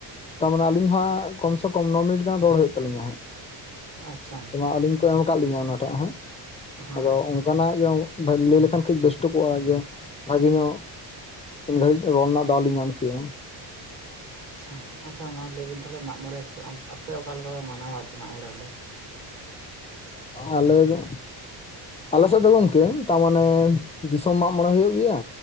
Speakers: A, on the left; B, on the right.
A: ᱛᱟᱨᱢᱟᱱᱮ ᱟᱹᱞᱤᱧ ᱫᱚ ᱦᱟᱸᱜ ᱠᱚᱢ ᱥᱮ ᱠᱚᱢ ᱱᱚ ᱢᱤᱱᱤᱴ ᱜᱟᱱ ᱨᱚᱲ ᱦᱩᱭᱩᱜ ᱛᱟᱞᱤᱧᱟ ᱦᱟᱸᱜ᱾
B: ᱟᱪᱪᱷᱟ
A: ᱢᱟ ᱟᱹᱞᱤᱧ ᱠᱚ ᱮᱢ ᱠᱟᱜ ᱞᱤᱧᱟᱹ ᱚᱱᱟᱴᱟᱜ ᱦᱟᱸᱜ
B: ᱦᱮᱸ
A: ᱟᱫᱚ ᱚᱱᱠᱟᱱᱟᱜ ᱜᱮ ᱞᱟᱹᱭ ᱞᱮᱠᱷᱟᱱ ᱠᱟᱹᱡ ᱵᱮᱥᱴᱚ ᱠᱚᱜᱼᱟ ᱡᱮ ᱵᱷᱟᱜᱮ ᱧᱚᱜ ᱛᱤᱱ ᱜᱷᱟᱹᱲᱤᱡ ᱨᱚᱲ ᱨᱮᱱᱟᱜ ᱫᱟᱣ ᱞᱤᱧ ᱧᱟᱢ ᱠᱤᱭᱟ?
B: ᱟᱪᱪᱷᱟ, ᱟᱪᱪᱷᱟ ᱢᱟ ᱞᱟᱹᱭᱵᱤᱱ ᱛᱟᱦᱞᱮ ᱢᱟᱜ ᱢᱚᱬᱮ ᱟᱯᱮ ᱚᱠᱟ ᱞᱮᱠᱟᱯᱮ ᱢᱟᱱᱟᱣᱟ ᱟᱨᱠᱤ ᱢᱟᱜ ᱢᱚᱬᱮ ᱚᱸᱰᱮ?
A: ᱟᱞᱮ ᱫᱚ ᱟᱞᱮ ᱥᱮᱫ ᱫᱚ ᱜᱚᱢᱠᱮ ᱛᱟᱨᱢᱟᱱᱮ ᱫᱤᱥᱚᱢ ᱢᱟᱜ ᱢᱚᱬᱮ ᱦᱳᱭᱳᱜ ᱜᱮᱭᱟ